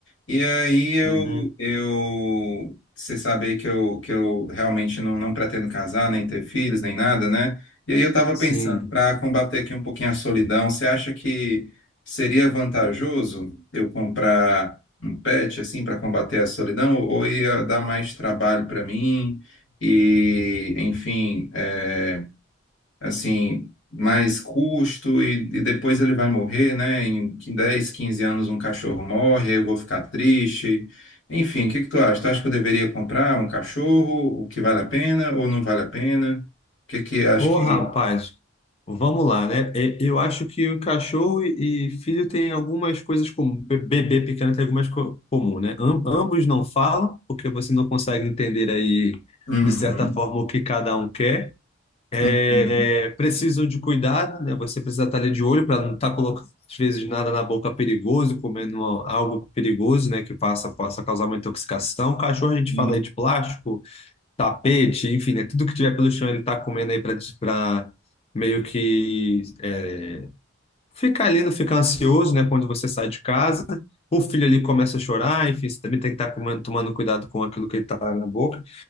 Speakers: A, on the left; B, on the left.
A: E aí eu,
B: Uhum.
A: eu, você sabe aí que eu, que eu realmente não, não pretendo casar, nem ter filhos, nem nada, né? E aí eu estava
B: Sim.
A: pensando, para combater aqui um pouquinho a solidão, você acha que seria vantajoso eu comprar um pet assim para combater a solidão, ou ou ia dar mais trabalho para mim? E, enfim, é, assim, mais custo e, e depois ele vai morrer, né? Em qui- 10 15 anos um cachorro morre, aí eu vou ficar triste. Enfim, o que que tu acha? Tu acha que eu deveria comprar um cachorro, o que vale a pena ou não vale a pena? O que que acho
B: Ô,
A: que...
B: rapaz, vamos lá, né? E- Eu acho que o cachorro e e filho têm algumas coisas comuns, bebê pequeno tem algumas co comuns, né? Am- ambos não falam, porque você não consegue entender aí,
A: Uhum,
B: de certa forma, o que cada um quer. é,
A: uhum,
B: é, precisam de cuidado, né? Você precisa estar ali de olho para não estar colocando, às vezes, nada na boca perigoso, comendo uma- algo perigoso, né? Que possa, possa causar uma intoxicação. Cachorro, a gente
A: uhum.
B: fala aí de plástico, tapete, enfim, né? Tudo que tiver pelo chão ele está comendo aí para meio que é, ficar ali, não ficar ansioso, né? Quando você sai de casa. O filho ali começa a chorar, enfim, você também tem que estar comendo- tomando cuidado com aquilo que ele está na boca.